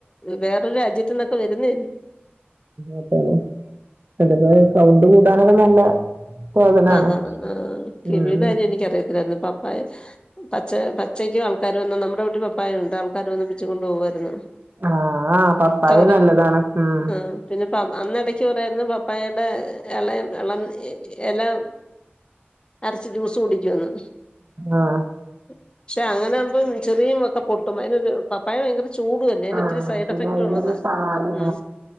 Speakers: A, on the left; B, on the right.
A: വേറൊരു രാജ്യത്തന്നൊക്കെ വരുന്ന
B: ആട്ടെ അതൊക്ക സൗണ്ട് കൂടാനൊക്കെ നല്ല സാധനാണ്
A: അതാണ് ആ കിവിയുടെ
B: ഉം
A: കാര്യം എനിക്കറിയത്തില്ലായിരുന്നു പപ്പായ പച്ച പച്ചയ്ക്കും ആൾക്കാർ വന്ന നമ്മുടെ വീട്ടിൽ പപ്പായംണ്ട് ആൾക്കാര് വന്ന് പിച്ചു കൊണ്ടോവായിരുന്നു
B: ആഹ് ആഹ് പപ്പായ
A: തൊരം
B: നല്ലതാണ് ഉം
A: ആ പിന്നെ അന്നടക്ക് പറയോര്ന്ന് പപ്പായ ടെഇളെ ഇളം ഇ എല്ലാം അരച്ച് ജ്യൂസ് കുടിക്കന്നു
B: ആഹ്
A: പക്ഷെ അങ്ങനൊവുമ്പം ചെറിയ മക്ക പൊട്ടും അതിനൊരു ഒരു പപ്പായ ഭയങ്കര ചൂടുമല്ലേ അതിന്
B: ആഹ
A: ഒത്തിരി സൈഡ്
B: പിന്നെ
A: എഫക്റ്റ്
B: അതിനു
A: ഉള്ളതാ
B: പാല്
A: ഉം